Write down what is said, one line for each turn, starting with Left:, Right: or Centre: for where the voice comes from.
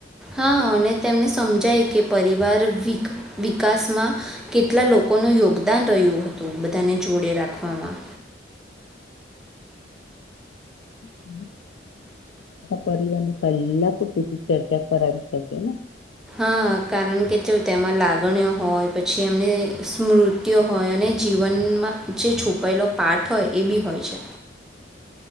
Centre: હા, અને તેમને સમજાય કે પરિવાર વિક વિકાસમાં કેટલા લોકોનો યો ગદાન રહ્યું હતું બધાને જોડે રાખવામાં
Left: <inaudible> <unintelligible> પરિવારને કલાકો સુધી ચર્ચા કરાવી શકે ને?
Centre: હા કારણ કે જો તેમાં લાગણીઓ હોય પછી એમની સ્મૃતિઓ હોય અને જીવન ન માં જે છુપાયેલો પાઠ હોય એ બી હોય છે.